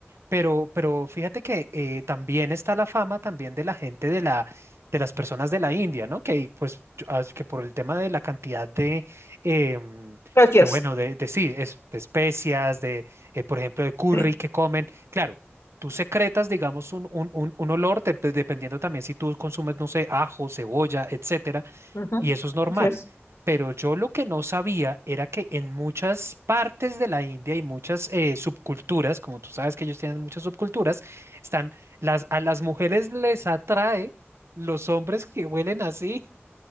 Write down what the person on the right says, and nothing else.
pero, pero fíjate que eh, también está la fama también de la gente de la, de las personas de la India, ¿no? Que pues yo- ah, que por el tema de la cantidad de, em,
de bueno, de, de sí, es- de especias, de, eh, por ejemplo, de curry
que comen. Claro, tú secretas, digamos, un, un, un, un olor, dep- dependiendo también si tú consumes, no sé, ajo, cebolla, etcétera
y eso es normal.
Pero yo lo que no sabía era que en muchas partes de la India y muchas eh, subculturas, como tú sabes que ellos tienen muchas subculturas, están las a las mujeres les atrae los hombres que huelen así.